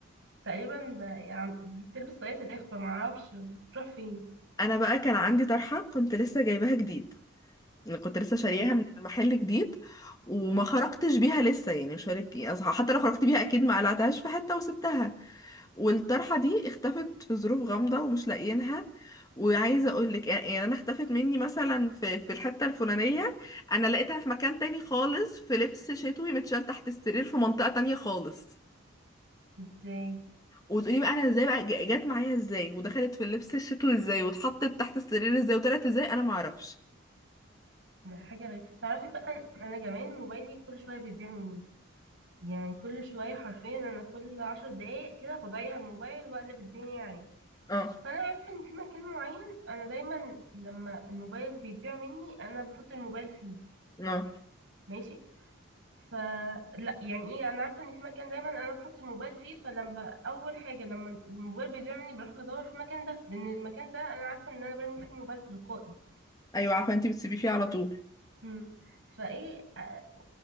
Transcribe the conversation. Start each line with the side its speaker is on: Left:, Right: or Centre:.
Right: تقريبا ب- يعني بتلبس طاقية الإخفاء معرفش بتروح فين
Left: انا بقى كان عندي طرحه كنت لسه جايباها جديد يعني كنت لسه شارياها
Right: مم.
Left: من المحل جديد وما خرجتش بيها لسه يعني مش هقولك إيه، أصل حتى لو خرجت بيها اكيد ما قلعتهاش في حته وسبتها والطرحه دي اختفت في ظروف غامضه ومش لاقيينها وعايزه اقول لك يعني انا اختفت مني مثلا في في الحته الفلانيه انا لقيتها في مكان تاني خالص في لبس شتوي متشال تحت السرير في منطقه تانية خالص
Right: ازاي
Left: وتقولي بقى انا ازاي بقى ج- جت معايا ازاي ودخلت في اللبس الشتوي ازاي واتحطت تحت السرير ازاي وطلعت ازاي انا ما اعرفش
Right: ده حاجة غريبة تعرفي بقى أنا كمان موبايلي كل شوية بيضيع مني يعني كل شوية حرفيا أنا كل عشر دقايق كده بضيع الموبايل وأقلب الدنيا عليه
Left: اه
Right: فأنا عارفة إن في مكان معين أنا دايما لما الموبايل بيضيع مني أنا بحط الموبايل فيه
Left: اه
Right: ماشي ف لا يعني ايه انا عارفه ان في مكان دايما انا بحط الموبايل فيه فلما اول حاجه لما الموبايل بيضيع مني بروح بدور في المكان ده لان المكان ده انا عارفه ان انا برمي فيه الموبايل تلقائي
Left: ايوه عارفه انت بتسيبيه فيه على طول
Right: امم فايه آه،